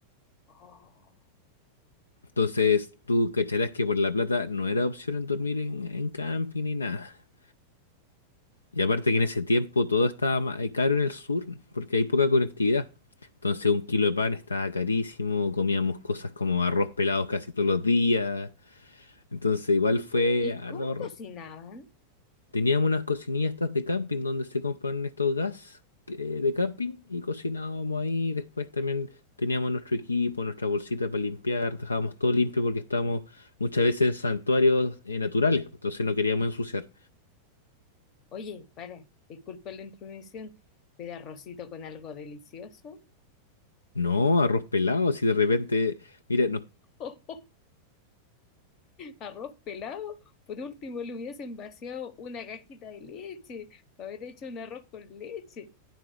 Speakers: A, on the left; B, on the left.
A: Oh.
B: Entonces, tú cacharás que por la plata no era opción en dormir en, en camping ni nada. Y aparte que en ese tiempo todo estaba ma- eh, caro en el sur, porque hay poca conectividad. Entonces un kilo de pan estaba carísimo, comíamos cosas como arroz pelados casi todos los días. Entonces igual fue
A: ¿Y
B: harto
A: cómo
B: ahorro.
A: cocinaban?
B: Teníamos unas cocinillas estas de camping donde se compran estos gas eh, de camping y cocinábamos ahí. Después también teníamos nuestro equipo, nuestra bolsita para limpiar, dejábamos todo limpio porque estábamos muchas veces en santuarios eh, naturales, entonces no queríamos ensuciar.
A: Oye, para, disculpa la intromisión, pero arrocito con algo delicioso.
B: No, arroz pelado, si de repente... Mira, nos
A: <laughs> Arroz pelado. Por último, le hubiesen vaciado una cajita de leche para haber hecho un arroz con leche.